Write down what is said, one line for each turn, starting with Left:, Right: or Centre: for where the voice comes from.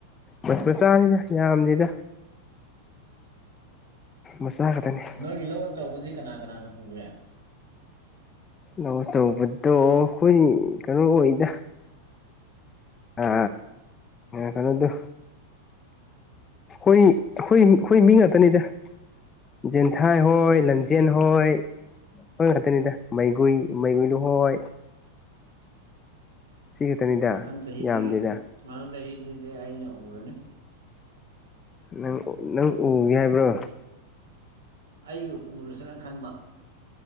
Left: ꯃꯁ ꯃꯆꯥꯅꯤꯗ ꯌꯥꯝꯗꯦꯗ ꯃꯆꯥ ꯈꯛꯇꯅꯦ
Right: ꯅꯣꯏꯒꯤ ꯂꯧ ꯑꯆꯧꯕꯗꯤ ꯀꯅꯥ ꯀꯅꯥꯅ ꯎꯈ꯭ꯔꯦ
Left: ꯑꯧ ꯑꯆꯧꯕꯗꯣ ꯑꯩꯈꯣꯏ ꯀꯩꯅꯣ ꯑꯣꯏꯗ ꯑ ꯀꯩꯅꯣꯗꯨ ꯑꯩꯈꯣꯏ ꯑꯩꯈꯣꯏ ꯃꯤ ꯉꯥꯛꯇꯅꯤꯗ ꯖꯦꯟꯊꯥꯏꯍꯣꯏ ꯂꯪꯖꯦꯟꯍꯣꯏ ꯃꯣꯏ ꯉꯛꯇꯅꯤꯗ ꯃꯩꯒꯨꯏ ꯃꯩꯒꯨꯏꯍꯣꯏ ꯁꯤ ꯈꯛꯇꯅꯤꯗ
Right: ꯃꯊꯪ ꯆꯍꯤꯗꯒꯤ
Left: ꯌꯥꯝꯗꯦꯗ
Right: ꯃꯊꯪ ꯆꯍꯤꯗꯨꯗꯤ ꯑꯩꯅ ꯎꯔꯅꯤ
Left: ꯅꯪ ꯅꯪ ꯎꯒꯦ ꯍꯥꯏꯕ꯭ꯔꯣ
Right: ꯑꯩ ꯎꯔꯁꯤꯔꯥꯅ ꯈꯟꯕ